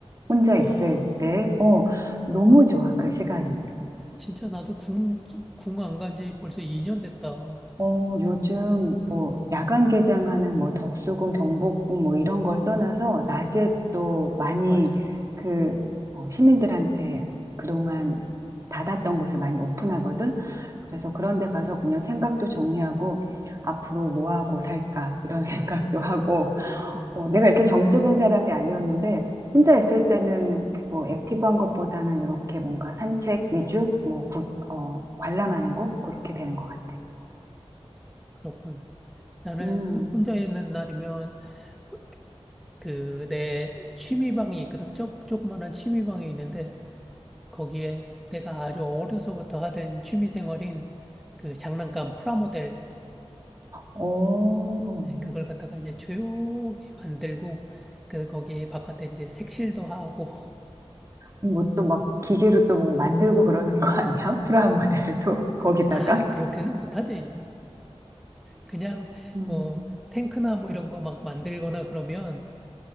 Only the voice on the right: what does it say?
혼자
있을 때, 어, 너무 좋아, 그 시간이.
어, 요즘 뭐 야간 개장하는 뭐 덕수궁, 경복궁 뭐 이런 걸 떠나서 낮에 또 많이
그 어, 시민들한테 그동안 닫았던 곳을 많이 오픈하거든. 그래서 그런 데 가서 그냥 생각도 정리하고 앞으로 뭐 하고 살까 이런 <laughs> 생각도 하고
어, 내가 이렇게
정적인 사람이 아니었는데 혼자 있을 때는 뭐 액티브한 것보다는 이렇게 뭔가 산책 위주 뭐 구- 어, 관람하는 거 그렇게 되는 것 같아.
음.
어,
뭐 또 막 기계로 또 뭐 만들고 그러는 거 아니야? 프라모델도 <laughs> 거기다가?
음.